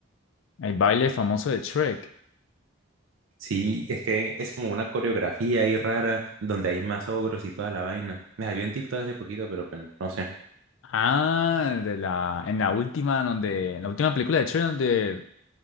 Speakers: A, on the left; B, on the right.
A: El baile famoso de Shrek.
B: Sí, es que es como una coreografía ahí rara donde hay más ogros y toda la vaina. Me salió en TikTok hace poquito, pero pues, no sé.
A: Ah, de la, en la última, donde, en la última película de Shrek, donde